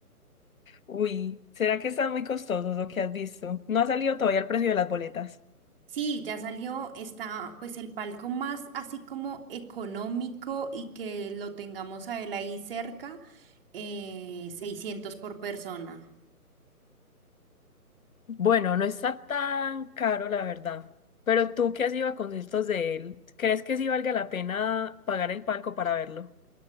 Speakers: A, on the left (about 60°); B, on the right (about 35°).
A: Uy, ¿será que están muy costosos lo que has visto? No ha salido todavía el precio de las boletas.
B: Sí, ya salió, está pues el palco más así como económico y que lo tengamos a él ahí cerca, eh, 600 por persona.
A: Bueno, no está tan caro, la verdad. Pero tú que has ido a conciertos de él, ¿crees que sí valga la pena pagar el palco para verlo?